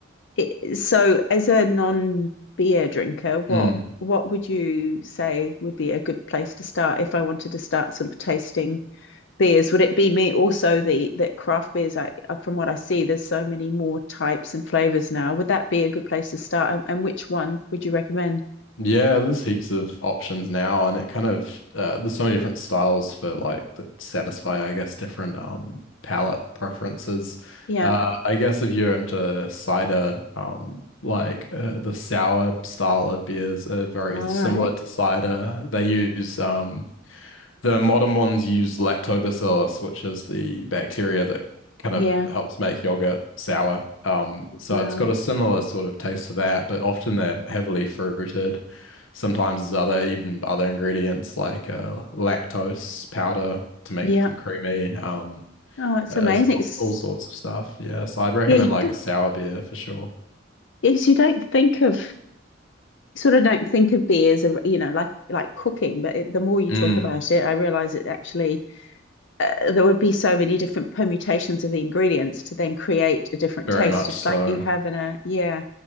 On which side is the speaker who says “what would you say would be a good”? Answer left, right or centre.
Left